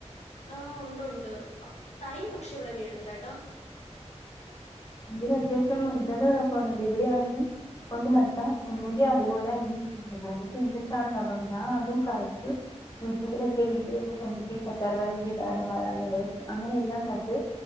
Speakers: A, on the left; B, on the left.
A: ആഹ് ഉണ്ട്ണ്ട് തൈ പക്ഷേ ഇവ്ടെ വീഴുന്നില്ലാട്ടോ.
B: ഇതിനത്യാവശ്യം ജലവളൊക്കെ <unintelligible> ഇവിടെയാണെങ്കി കൊണ്ട് നട്ടാ ഒന്നെങ്കി അത്പോലെ അല്ലെങ്കി ചീഞ്ഞ് പോകും, ചീഞ്ഞിട്ടാണ് നടുന്നത്, ഞാൻ അതും കറക്റ്റ് യൂട്യൂബിലൊക്കെ വീഡിയോ ഒക്കെ കണ്ടിട്ട് കറ്റാർ വാഴ വിടാലൊ <unintelligible> അങ്ങനെയെല്ലാം കണ്ട്